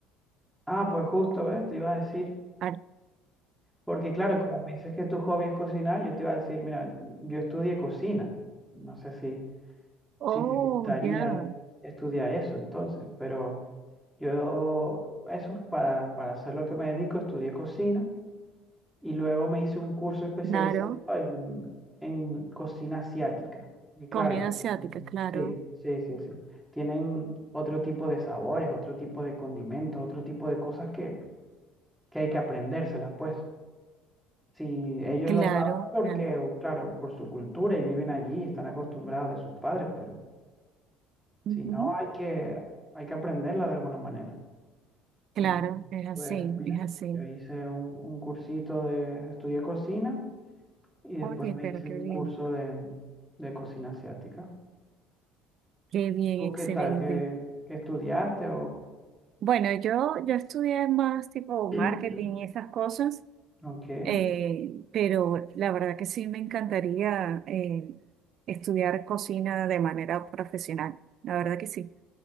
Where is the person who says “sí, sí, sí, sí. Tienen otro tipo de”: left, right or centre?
Centre